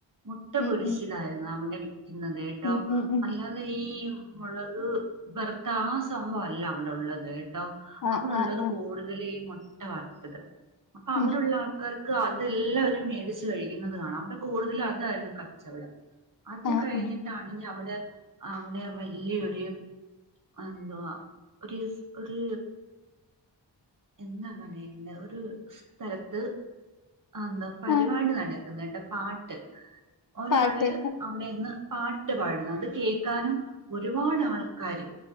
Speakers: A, on the right; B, on the left.
A: മുട്ട
B: ഉം
A: പൊരിശിലായിരുന്നു
B: ഉം
A: അവിടെ വിൽക്കുന്നത് കേട്ടോ
B: ഉം ഉം ഉം
A: നല്ല അല്ലാതെ ഈ മൊളക് വെറുത്ത ആ സംഭവല്ല അവിടെ ഉള്ളത് കേട്ടോ
B: ആ
A: അവിടെള്ളത്
B: ആ ആ
A: കൂടുതല് മുട്ട വർത്തത് അപ്പൊ അവിടുള്ള
B: ഉം
A: ആൾക്കാർ അതെല്ലാവരും മേടിച്ച് കഴിക്കുന്നത് കാണാം അവിടെ കൂടുതലും അതായിരുന്നു കച്ചവടം അത്
B: ആ
A: കഴിഞ്ഞിട്ടാണ്
B: ആ
A: ഇനി അവിടെ അവിടെ വല്യ ഒര് എന്തോ ഒരുസ് ഒര് എന്താ പറയേണ്ടെ ഒരു സ്ഥലത്ത് ആന്താ പരിപാടി
B: ആ
A: നടക്ക്ന്ന്ണ്ട് പാട്ട് ഒരാള്
B: പാട്ട്
A: അവിടെയിന്ന് പാട്ട് പാടുന്നുണ്ട് അത് കേക്കാനും ഒരുപാട് ആൾക്കാര്